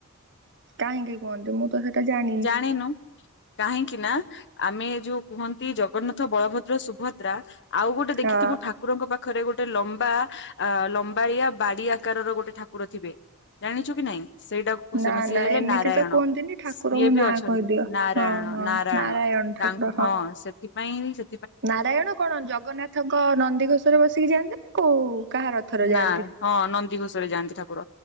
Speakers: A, on the right; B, on the left.
A: କାହିଁକି କୁହନ୍ତି ମୁଁ ତ ସେଟା ଜାଣି
B: ଜାଣିନୁ କାହିଁକିନା ଆମେ ଯୋଉ କୁହନ୍ତି ଜଗନ୍ନାଥ ବଳଭଦ୍ର ସୁଭଦ୍ରା ଆଉ ଗୋଟେ ଦେଖିଥିବୁ
A: ହଁ
B: ଠା ଠାକୁରଙ୍କ ପାଖରେ ଗୋଟେ ଲମ୍ବା ଅ ଲମ୍ବାଳିଆ ବାଡି ଆକାରର ଗୋଟେ ଠାକୁର ଥିବେ। ଜାଣିଛୁ କି ନାଇଁ ସେଇଟାକୁ
A: ନା
B: ସେ ସିଏ
A: ନା
B: ହେଲେ
A: ଏମିତି
B: ନାରାୟଣ।
A: ତ କୁହନ୍ତିନି ଠାକୁରଙ୍କ
B: ସିଏ ବି
A: ନାଁ
B: ଅଛନ୍ତି
A: କହିଦିଅ
B: ନାରାୟଣ
A: ହଁ ହଁ
B: ନାରାୟଣ
A: ଠାକୁର
B: ତାଙ୍କ ହଁ ସେଥିପାଇଁ ସେ
A: ନାରାୟଣ କଣ ଜଗନ୍ନାଥଙ୍କ ନନ୍ଦିଘୋଷ ରେ ବସିକି ଯାଆନ୍ତି ନାଁ କୋଉ କାହା ରଥରେ ଥାଆନ୍ତି?
B: ନା ହଁ ନନ୍ଦୀଘୋଷରେ ଯାଆନ୍ତି ଠାକୁର